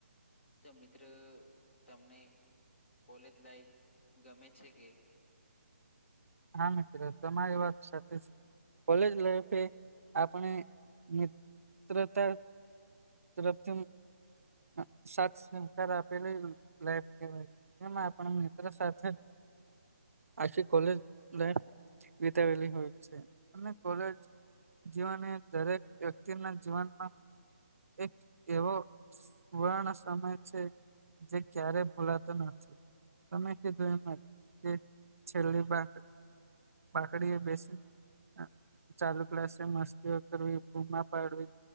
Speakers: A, on the left; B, on the right.
A: તો મિત્ર તમને કોલેજ લાઈફ ગમે છે કે
B: હા મિત્ર તમારી વાત સાચી છે. કોલેજ લાઈફ એ આપણે મિત્રતા <inaudible> સાથ સહકાર આપેલી લાઈફ કેવાય એમાં આપણે મિત્ર સાથે આખી કોલેજ લાઈફ વિતાવેલી હોય છે અને કોલેજ જીવન એ દરેક વ્યક્તિના જીવનમાં એક એવો સુવર્ણ સમય છે. જે ક્યારેય ભૂલાતો નથી તમે કીધું એમાં કે છેલ્લી બાત બાકડીએ બેસીને ચાલુ ક્લાસે મસ્તીઓ કરવી ગૂમા પાડવી